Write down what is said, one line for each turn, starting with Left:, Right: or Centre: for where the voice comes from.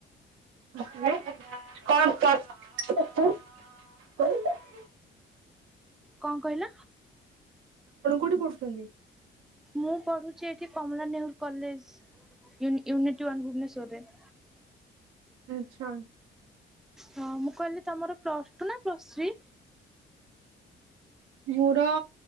Right: କଣ <unintelligible>
Centre: କଣ କହିଲ?
Right: ଆପଣ କୋଉଠି ପଢୁଛନ୍ତି?
Centre: ମୁଁ ପଢୁଛି ଏଠି Kamala Nehru college uni unit one ଭୁବନେଶ୍ଵରରେ। <inaudible>
Right: ଆଛା।
Centre: ହଁ ମୁଁ କହିଲି ତମର ପ୍ଲସ ଟୁ ନା ପ୍ଲସ ଥ୍ରୀ?
Right: ମୋର